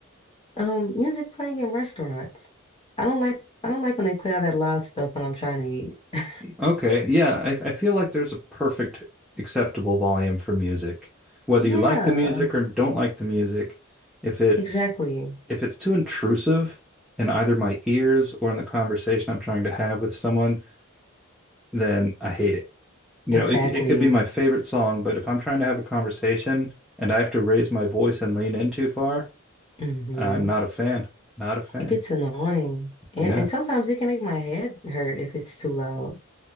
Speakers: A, on the left; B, in the centre.
A: Um, music playing in restaurants. I don't like I don't like when they play all that loud stuff when I'm trying to eat.
B: Okay. Yeah, I I feel like there's a perfect acceptable volume for music. Whether
A: Yeah,
B: you like the music or don't like the music, if it's
A: exactly.
B: if it's too intrusive in either my ears or in the conversation I'm trying to have with someone, then I hate it. you
A: Exactly.
B: know, it it could be my favorite song, but if I'm trying to have a conversation and I have to raise my voice and lean in too far,
A: Mm-hmm.
B: I'm not a fan. Not a fan.
A: It gets annoying. And,
B: Yeah.
A: and sometimes it can make my head hurt if it's too loud.